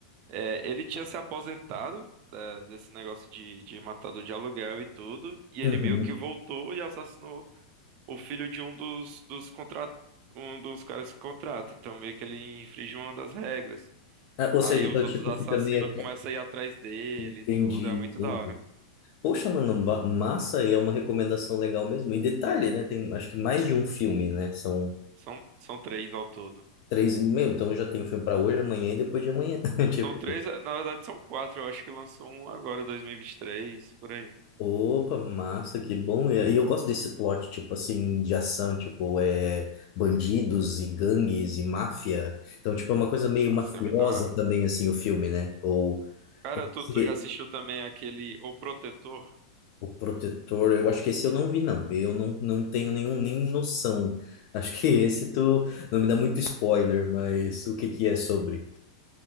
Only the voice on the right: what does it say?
é, ele tinha se aposentado da- desse negócio de, de matador de aluguel e tudo, e ele
meio que voltou e assassinou o filho de um dos, dos contra- um dos caras que contrata. Então meio que ele infringiu uma das regras.
Aí
os outros
assassinos
começam a ir atrás dele
e tudo, é muito
da hora.
São, são três ao todo.
São três, é, na verdade são quatro, eu acho que lançou um agora, 2023, por aí.
Nossa,
é muito da hora.
Cara, tu,
tu já assistiu também aquele O Protetor?